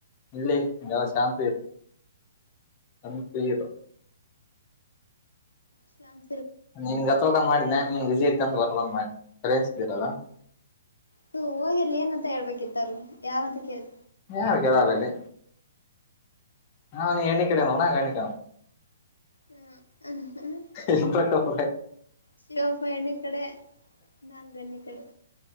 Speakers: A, on the left; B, on the left.
A: ಇಲ್ಲಿ ಯಾವ ಸಾನ್ಪೀ ಸನ್ ಪ್ಲೀರ್
B: ಶಾನ್
A: ನೀನ್ಗ್ ಗೊತ್ತಿಲ್ದಾಗ್ ಮಾಡಿದ್ನ ನೀನ್ ವಿಸಿ ಇರ್ತೀಯ ಅಂದ್ <unintelligible>
B: ಸ ಹೋಗಿಲ್ಲಿ ಏನಂತ ಹೇಳ್ಬೇಕಿತ್ ಅವ್ರಿಗೆ ಯಾರಂತ ಕೇಳ್
A: ಯಾರ್ ಕೇಳಲ್ ಇಲ್ಲಿ. ಹಾ ನೀ ಎಣಿಕೆಣಣ್ಣಿಕ
B: ಹ್ಮ್ ಹ್ಮ್ ಹ್ಮ
A: ಹಾ ಎರ ಕಪ
B: ಶಿವ ಭಯಣ ಇ ಕಡೆ ನಾನಗಣ ಕಡೆ